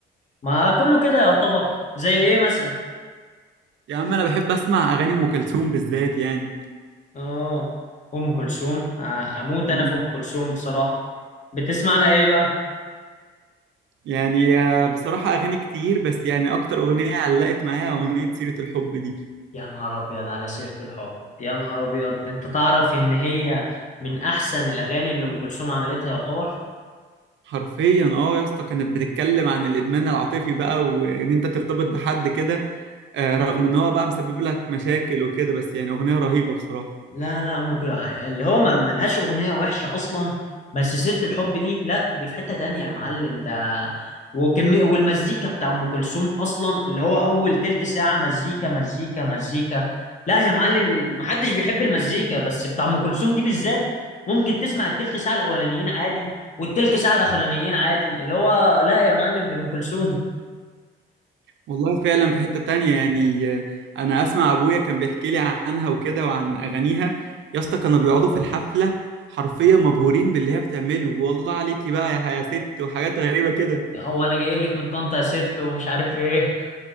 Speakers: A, on the left; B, on the right.
A: ما كله كده يعتبر زي ايه مثلا
B: يا عم انا بحب اسمع اغاني ام كلثوم بالذات يعني
A: اه ام كلثوم آه، اموت
B: مم.
A: انا في ام كلثوم بصراحة بتسمع لها ايه بقى
B: يعني آه، بصراحة أغاني كتير بس يعني أكتر أغنية علقت معايا أغنية سيرة الحب دي
A: يا نهار ابيض على سيرة الحب يا نهار ابيض انت تعرف ان هي من احسن الاغاني اللي ام كلثوم عملتها يعتبر
B: حرفيا اه يا اسطى كانت بتتكلم عن الادمان العاطفي بقى وان انت ترتبط بحد كده آه، رغم ان هو بقى مسبب لك مشاكل وكده بس يعني اغنيه رهيبه بصراحه
A: لا لا ام كلثوم اللي هو ما ملهاش اغنيه وحشه اصلا بس سيره الحب دي لا دي في حته تانية يا معلم ده وكمية والمزيكا بتاع ام كلثوم اصلا اللي هو اول تلت ساعه مزيكا مزيكا مزيكا لا يا معلم ال- محدش بيحب المزيكا بس بتاع ام كلثوم دي بالذات ممكن تسمع التلت ساعه الاولانيين عادي والتلت ساعه الاخرانيين عادي اللي هو لا يا معلم دي ام كلثوم
B: والله فعلا في حته تانية يعني آه، انا اسمع ابويا كان بيحكي لي عنها وكده وعن اغانيها يا اسطى كانوا بيقعدوا في الحفله حرفيا مبهورين باللي هي بتعمله والله عليكي بقى يا حيا ست وحاجات غريبه كده
A: هو انا جاي لك من طنطا يا ست ومش عارف ايه.